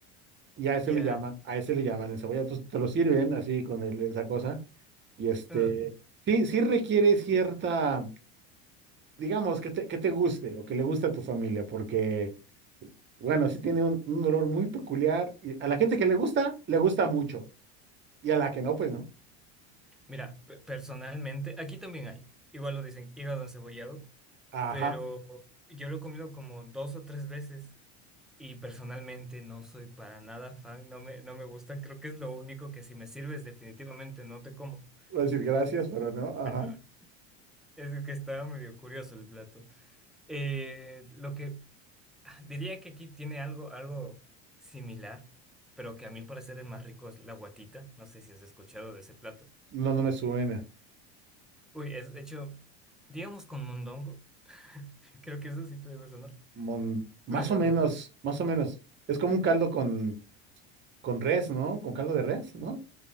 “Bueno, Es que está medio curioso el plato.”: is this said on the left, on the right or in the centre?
Centre